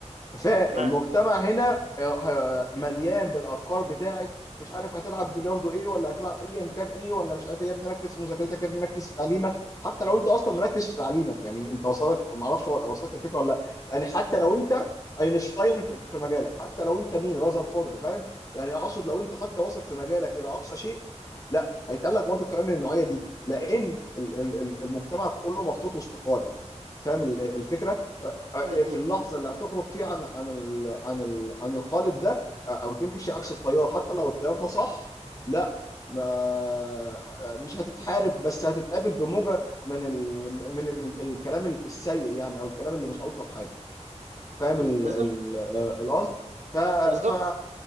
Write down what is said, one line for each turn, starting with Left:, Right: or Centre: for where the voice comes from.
Left: فالمجتمع
Right: تمام
Left: هنا آه، آه، مليان بالافكار بتاعت مش عارف هتلعب بلياردو ايه ولا هتلعب ايا كان ايه ولا مش عارف ايه يا ابني ركز في مذاكرتك يا ابني ركز في تعليمك حتى لو انت اصلا مركز في تعليمك يعني انت وصلت ما اعرفش وصلت الفكره ولا لا يعني حتى لو انت اينشتاين في في مجالك حتى لو انت مين رازرفورد فاهم يعني اقصد لو انت حتى واصل في مجالك الى اقصى شيء لا هيتقال لك برضو الكلام من النوعيه دي لان ال- ال- ال- المجتمع كله محطوط وسط قالب فاهم ال- الفكره
Right: مم.
Left: آه،
Right: م-
Left: في
Right: م.
Left: اللحظه اللي هتخرج فيها عن عن ال عن ال عن القالب ده آه، او تمشي عكس التيار حتى لو التيار ده صح لا ما آه، مش هتتحارب بس هتتقابل بموجه من ال من ال الكلام السيء يعني او الكلام اللي مش الطف حاجه فاهم ال-
Right: بالظبط
Left: ال- آه، القصد ف
Right: بالظبط
Left: ف